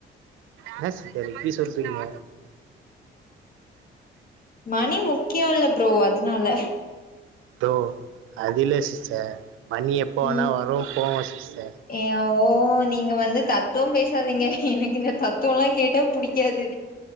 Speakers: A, on the right; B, on the left.
A: ன்னா சிஸ்டர் இப்டி சொல்டிங்க
B: மணி முக்கியோ இல்ல ப்ரோ அதுனால
A: தோ அதுல சிஸ்டர் மணி எப்போ
B: ம்
A: வேனா வரு போவு சிஸ்டர்
B: ஏ ஓ நீங்க வந்து தத்துவோ பேசாதீங்க எனக்கு இந்த தத்துவோல்லா கேட் டா புடிக்காது